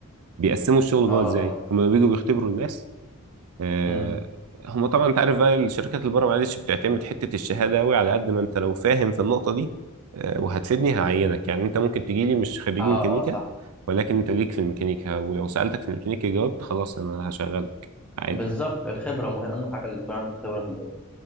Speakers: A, on the right; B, in the centre.
A: بيقسموا الشغل
B: اه
A: جوه
B: اه
A: ازاي هما بيجوا بيختبروا الناس آه،
B: مم.
A: هما طبعا انت عارف بقى الشركات اللي بره معلش بتعتمد حته الشهاده قوي على قد ما انت لو فاهم في النقطه دي آه، وهتفيدني هعينك يعني انت ممكن تجي لي مش خريج
B: اه
A: ميكانيكا
B: اه صح
A: ولكن انت ليك في الميكانيكا ولو سالتك في الميكانيكا جاوبت خلاص انا هشغلك عادي
B: بالظبط الخبره مهم اهم حاجه اللي يكون عندك خبره في الموضوع